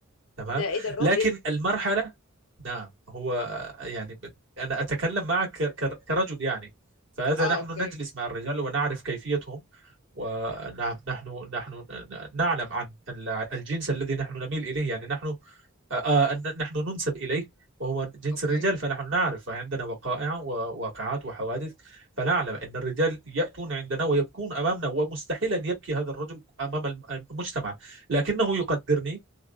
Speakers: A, on the right; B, on the left.
A: تمام
B: ده ايه ده الراجل
A: لكن المرحلة نعم هو يعني ب- أنا أتكلم معك ك- ك- كرجل يعني فهذا
B: اه
A: نحن
B: اوكي
A: نجلس مع الرجال ونعرف كيفيتهم ونعم نحن نحن نعلم عن ال- الجنس الذي نحن نميل إليه يعني نحن آه، آه، نحن ننسب إليه وهو جنس
B: اوكي
A: الرجال فنحن نعرف عندنا وقائع وواقعات وحوادث فنعلم أن الرجال يأتون عندنا ويبكون أمامنا ومستحيل أن يبكي هذا الرجل أمام الم- المجتمع لكنه يقدرني